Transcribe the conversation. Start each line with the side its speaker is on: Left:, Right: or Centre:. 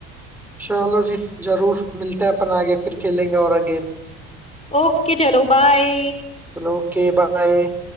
Centre: चलो जी जरूर मिलते हैं अपन आगे फिर खेलेंगे और अगेन
Left: ओके चलो बाय
Centre: चलो ओके बाय